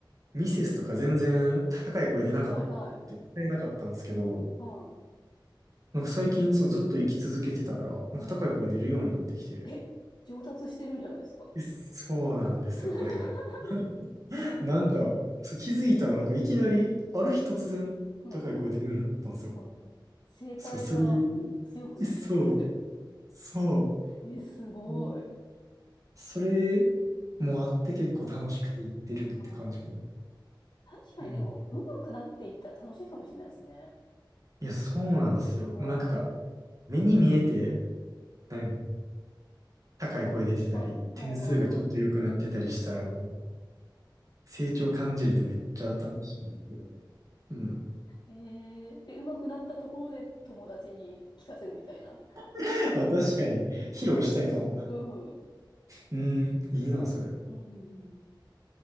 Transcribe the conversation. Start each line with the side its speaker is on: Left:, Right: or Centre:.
Right: ミセスとか全然高い声出なかった、
Left: はいはい。
Right: 歌えなかったんですけど、
Left: はい。
Right: なんか最近そうずっと生き続けてたら、
Left: うん。
Right: なんか高い声出るようになってきて、
Left: うん。え、上達してるんじゃないですか。
Right: えそうなんですよ、
Left: <laughs>
Right: これが。<laughs> なんか、そう気づいたらなんかいきなり、
Left: うん、
Right: ある日突然高い声出るようになったんですよ。
Left: うんすごい。声帯が強くなってる。
Right: そう、それ、えそう、そ
Left: <laughs> え、すごい。
Right: う。うんそれもあって結構楽しくて行ってるって感じかも。
Left: うん。あー確かにでも、
Right: うん。
Left: 上手くなっていったら楽しいかもしれないですね。
Right: いや、そうなんですよ。もうなんか、
Left: うんはい。
Right: 目に見えて、なんか高い声出てたり、
Left: あ、はいはいは
Right: 点数がちょっと良くなってたりしたら、
Left: い。
Right: もう、
Left: うん。
Right: 成長感じれてめっちゃ楽しいですよ。うん。
Left: えー、で、上手くなったところで友達に聞かせるみたいな。
Right: <laughs> あ、確かに、
Left: う
Right: 披露したいかも。
Left: ん。うん。
Right: うん、いいな、それ。
Left: うん。